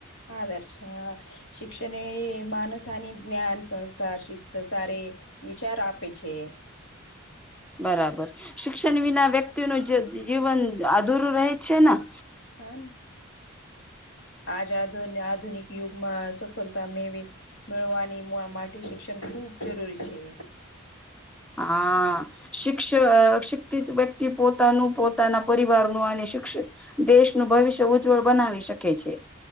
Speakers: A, on the left (about 75°); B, in the centre.
A: હદર્શ શિક્ષણ માનસ અને જ્ઞાન સંસ્કાર શિસ્ત સાર વિચાર આપે છે.
B: બરાબર શિક્ષણ વિના વ્યક્તિનું જે જીવન અધુરું રહે છે ને.
A: હા આજ આ આધુનિક યુગમાં સફળતા મેવે મેળવાની માટે શિક્ષણ ખૂબ જરૂરી છે.
B: હા. શિક્ષ શિક્ષિત વ્યક્તિ પોતાનું પોતાના પરિવારનું અને શિક્ષ દેશનું ભવિષ્ય ઉજ્જવળ બનાવી શકે છે.